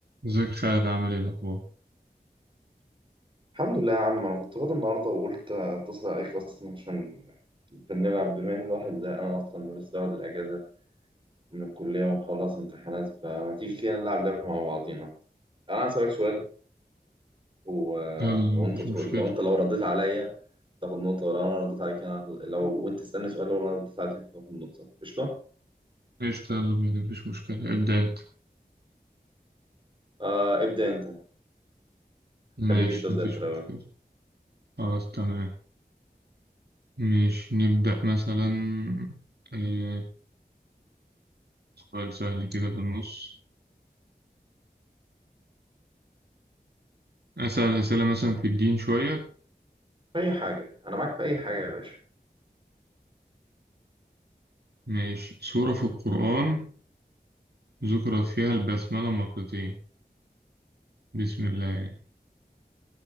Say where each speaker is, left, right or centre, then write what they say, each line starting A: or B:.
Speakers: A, on the right; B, on the right.
A: ازيك يا خالد عامل ايه الاخبار
B: الحمد لله يا عم انا كنت فاضي النهارده وقلت اتصل عليك اصلا عشان بنلعب بما ان الواحد زي انا اصلا ولسه واخد الاجازه من الكليه ومخلص امتحانات فما تيجي كده نلعب لعبه مع بعضينا انا هسألك سؤال و...
A: يلا
B: وانت
A: مفيش
B: ترد
A: مشكلة
B: لو انت لو رديت عليا تاخد نقطه ولو انا رديت عليك انا هاخد- لو وانت تسألني سؤال لو انا رديت عليك تاخد نقطه قشطه
A: قشطة يلا بينا مفيش مشكلة ابدأ انت
B: آه ابدا انت
A: ماشي
B: خليك انت ابدا
A: مفيش
B: انت الاول
A: مشكلة خلاص تمام ماشي نبدأ مثلا إيه سؤال سهل كده في النص أسأل أسئلة مثلا في الدين شوية
B: في اي حاجه انا معاك في اي حاجه يا باشا
A: ماشي سورة في القرآن ذكرت فيها البسملة مرتين بسم الله يعني